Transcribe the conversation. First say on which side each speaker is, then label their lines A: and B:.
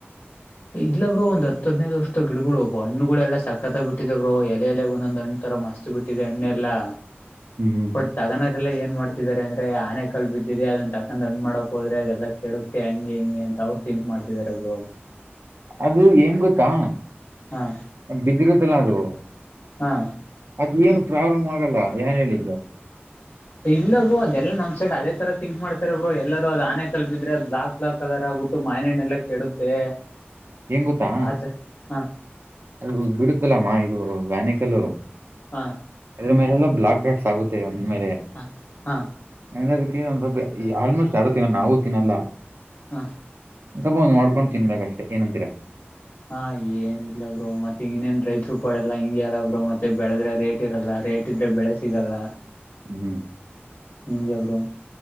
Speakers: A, on the left; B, on the right.
A: ಇಲ್ಲ ಬ್ರ ಒ್ ಹದ್ೈದು್ ವರ್ಷದ ಗಿಡಗಳುಬ ಹಣ್ಣುಗಳೆಲ್ಲ ಸಕತ್ತತ ಬಿಟ್ಟಿದರುೋ ಎಲೆ ಎಲೆ ಒಂದೊಂದ ಅಂ್ ರ ಮಸ್ತ್ ಬಿಟ್ಟಿದೆ ಎಣ್ಣೆ ಎಲ್ಲಾ
B: ಹ್ಮ್ ಹ್ಮ್
A: ಬಟ್ ತಗಣರೆಲ್ಲ ಏನ್ ಮಾಡ್ತಿದಿದ್ದಾರೆ ಅಂದ್ರೆ ಆನೆ ಕಲ್ ಬಿದ್ದಿದೆ ಅದನ್ ತಕಂದ ಹಣ್ ಮಾಡಕ್ ಹೋದ್ರೆ ಅದೆಲ್ಲ ಎಲ್ಲ ಕೇಳುತ್ತೆ ಹಂಗೆ ಹಿಂಗೆ ಅಂತ ಅವರು ತಿಂಕ್ ಮಾಡ್ತಿದಿದ್ದಾರೆೊಬ್ರು
B: ಅದು ಏಂಗ ಗೊತ್ತಾ
A: ಹಾ
B: ಬಿದ್ದಿರುತ್ತಲ್ಲಾ ಅದು
A: ಹಾ
B: ಅದ್ ಏನು ಪ್ರಾಬ್ಲಮ್ ಆಗಲ್ಲ ಏನ್ ಹೇಳಿದ್ದು
A: <inaudible> ಇಲ್ಲ ಬ್ರರು ಅದೆಲ್ಲ ನ್ ಸೈಡ್ ಅದೇ ತರ ತಿಂಕ್ ಮಾಡ್ತಾರೆ ಬ್ರರು ಎಲ್ಲರ ಅ ಆನೆ ಕಲ್ಬಿದ್ರೆ ಬ್ಲಾಕ್ ಬ್ಲಾ ಕಲರ್ ಆಗ್ಬಟ್ಟು ಮಾನಣ್ಣೆಲ್ಲಾ ಕೆಡುತ್ತೆ
B: ಹೆ ಗೊತ್ತಾ
A: ಆತರ ಹಾ
B: ಅದು ಬಿಡುತ್ತಲಮ್ಮ ಇದು ವ್ಯಾನಿಕಲ್ಲ
A: ಹಾ
B: ಅದ್ರ ಮೇಲೆಲ್ಲ ಬ್ಲಾಕ್ ಾಟ್ಸ್ ಆಗುತ್ತೆ ಒಂದ್ಮೇಲೆ ಅದ
A: ಹ ಹಾ
B: ಂದ ಸ್ವಲ್ಪ ಈ ಆಲ್ಮೋಸ್ಟ್ ಯಾರು ತಿನ್ನ ನಾವು ತಿನ್ನಲ್ಲ
A: ಹ
B: ಸ್ವಲ್ಪ ಒಂದ್ ನೋಡ್ಕೊಂಡು ತಿನ್ಬೇಕಷ್ಟೇ ಏನಂತೀರಾ
A: ಹಾ ಏನ್ ಇಲ್ಲವರು ಮತ್ತೆ ಇನ್ನೇನ್ ರೈತ್ರುಪಾಳಲ್ಲಾ ಹಿಂಗ ಯಾರವ್ರು ಮತ್ತೆ ಬೆಳೆದ್ರೆ ರೇಟ್ ಇರಲ್ಲ ರೇಟ್ ಇದ್ರೆ ಬೆಳೆ ಸಿಗಲ್ಲ
B: ಹ್ಮ್
A: ಹಜವರು